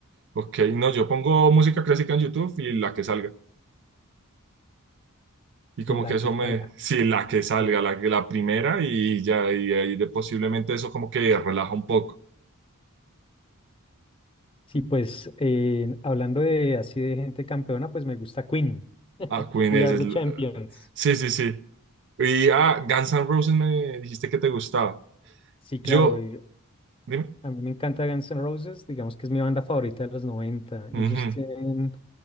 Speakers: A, on the right; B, on the left.
A: ok, no, yo pongo música clásica en YouTube y la que salga. Y como
B: la
A: que
B: guitarra.
A: eso me, sí, la que salga,
B: Sí,
A: la, que- la primera y ya, y ahí de posiblemente eso como que relaja un poco.
B: Sí, pues eh, hablando de así de gente campeona, pues me gusta Queen.
A: Ah, Queen
B: We
A: es,
B: Are
A: el-
B: the Champions.
A: sí, sí, sí. Y ah, Guns N' Roses me dijiste que te gustaba.
B: Sí, claro.
A: Yo,
B: eh,
A: dime.
B: a mí me encanta Guns N' Roses, digamos que es mi banda favorita de los noventa
A: Ujú,
B: Ellos tienen,